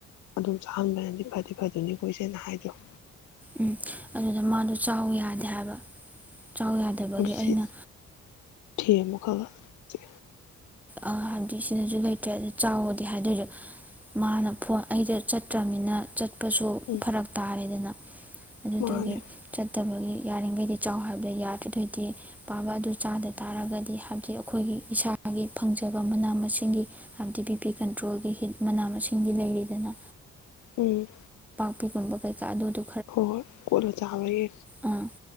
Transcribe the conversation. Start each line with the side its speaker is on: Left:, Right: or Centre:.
Left: ꯑꯗꯨꯝ ꯆꯥꯍꯟꯕꯅꯗꯤ ꯐꯗꯤ ꯐꯗꯅꯤ ꯀꯣꯏ ꯁꯦꯅ ꯍꯥꯏꯗꯣ
Centre: ꯎꯝ ꯑꯗꯨꯗ ꯃꯥꯗꯣ ꯆꯥꯎ ꯌꯥꯗꯦ ꯍꯥꯏꯕ ꯆꯥꯎ ꯌꯥꯗꯕꯒꯤ
Left: ꯎꯝ
Centre: ꯑꯩꯅ
Left: ꯆꯤ ꯊꯦꯃꯣ ꯈ ꯈꯥ
Centre: ꯍꯥꯕꯞꯗꯤ ꯁꯤꯗꯖꯨ ꯂꯩꯇ꯭ꯔꯦ ꯑ ꯆꯥꯎꯗꯤ ꯍꯥꯏꯗꯁꯨ ꯃꯥꯅ ꯐꯣꯟ ꯑꯩꯗ ꯆꯠꯇ꯭ꯔꯝꯅꯤꯅ ꯆꯠꯄꯁꯨ
Left: ꯎꯝ
Centre: ꯐꯔꯛ ꯇꯥꯔꯦꯗꯅ ꯑꯗꯨꯗꯒꯤ
Left: ꯃꯥꯅꯦ
Centre: ꯆꯠꯇꯕꯒꯤ ꯌꯥꯔꯤꯒꯩꯗꯤ ꯆꯥꯎ ꯍꯥꯏꯕꯗ ꯌꯥꯗ꯭ꯔꯗ ꯗꯣꯏꯗꯤ ꯄꯥꯕ ꯑꯗꯨ ꯆꯥꯗ ꯇꯥꯔꯒꯗꯤ ꯍꯥꯏꯕꯗꯤ ꯑꯈꯣꯏꯒꯤ ꯏꯁꯥꯒꯤ ꯐꯪꯖꯕ ꯃꯅꯥ ꯃꯁꯤꯡꯒꯤ ꯍꯥꯏꯕꯗꯤ ꯕꯤꯄꯤ ꯀꯟꯇ꯭ꯔꯣꯜꯒꯤ ꯍꯤꯠ ꯃꯅꯥ ꯃꯁꯤꯡꯗꯤ ꯂꯩꯔꯤꯗꯅ
Left: ꯎꯝ
Centre: ꯄꯤꯒꯨꯝꯕ ꯀꯩꯀ ꯑꯗꯨ ꯑꯗꯨ
Left: ꯍꯣ ꯍꯣꯏ ꯀꯣꯠꯂ ꯆꯑꯌꯦ
Centre: ꯑꯥ